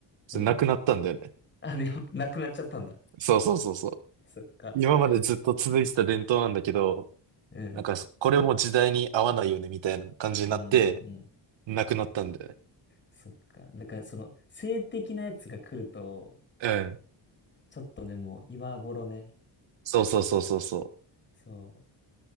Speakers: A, on the right (about 75°); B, on the left (about 25°).
A: それなくなったんだよね。
B: うん。あ、で、やっぱなくなっちゃったんだ。
A: そうそうそうそう。
B: そっか。
A: 今までずっと続いてた伝統なんだけど、
B: うん、
A: なんかそこれも時代に合わないよねみたいな感じになって、
B: うん、うん。
A: なくなったんだよね。
B: そっか。だから、その、性的なやつが来ると、
A: うん。
B: ちょっとね、もう今頃ね、
A: そうそうそうそうそ
B: そう。